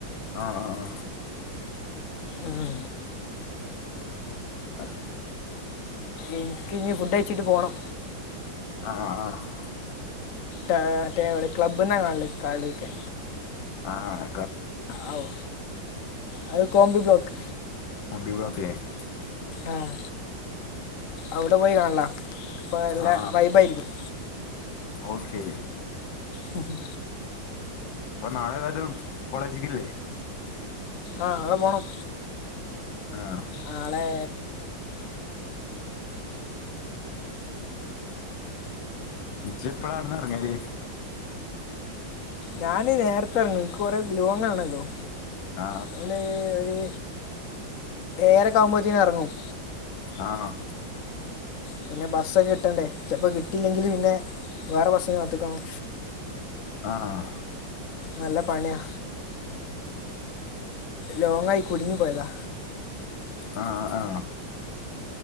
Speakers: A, on the left; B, on the left.
A: ആഹ് ആഹ് ആഹ്
B: ആഹ്
A: അത്
B: ഇൻക്കിനി ഫുഡയിച്ചിട്ട് പോണം
A: ആഹ് ആഹ് ആഹ്
B: റ്റാ മറ്റേ ക്ലബ്ബ്ന്നാ കാണല് കളിയെക്കെ
A: അഹ് ആഹ്
B: ആവു അത് കോംമ്പി ബ്ലോക്ക്
A: <unintelligible>
B: ആഹ് അവിടെ പോയി കാണലാ അപ്പ നല്ല
A: ആ
B: വൈബായിരിക്കും
A: ഓക്കെ
B: ഹാ ഹാ
A: അപ്പൊ നാളെ ഏതായാലും കോളേജിക്കില്ലേ
B: ആഹ് നാളെ പോണം
A: ആഹ്
B: നാളേ
A: ഇജ്ജെപ്പളാ ആട്ന്നെറങ്ങല്
B: ഞാന് നേരത്തെറങ്ങും എനിക്ക് കൊറേ ലോങ്ങാണല്ലോ
A: ആ
B: ഞാന് ഒര് ഏയരക്കാവുമ്പോത്തിനെറങ്ങും
A: അഹ് ആഹ്
B: പിന്നെ ബസ്സൊകെ കിട്ടണ്ടേ ചെലപ്പൊ കിട്ടിലെങ്കില് പിന്നെ വേറെ ബസ്സിന് കാത്ത്ക്കണം
A: ആഹ് ആഹാ
B: നല്ല പണിയാ ലോങ്ങായി കുടുങ്ങിപ്പോയതാ
A: ആ ആ